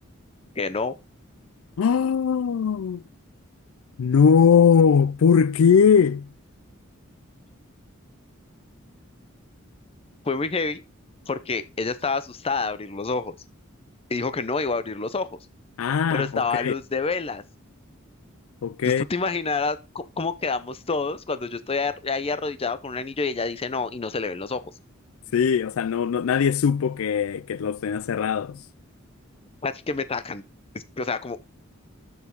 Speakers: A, on the left (about 30°); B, on the left (about 75°).
A: que no,
B: ¡Oh! No, ¿por qué?
A: fue muy heavy, porque ella estaba asustada de abrir los ojos, y dijo que no iba a abrir los ojos,
B: Ah,
A: pero estaba
B: ok,
A: a luz de velas.
B: ok.
A: Entonces tú te imaginarás co- cómo quedamos todos cuando yo estoy ar- ahí arrodillado con un anillo y ella dice no, y no se le ven los ojos.
B: Sí, o sea, no, no- nadie supo que, que los tenían cerrados.
A: Así que me tacan. Es- O sea, como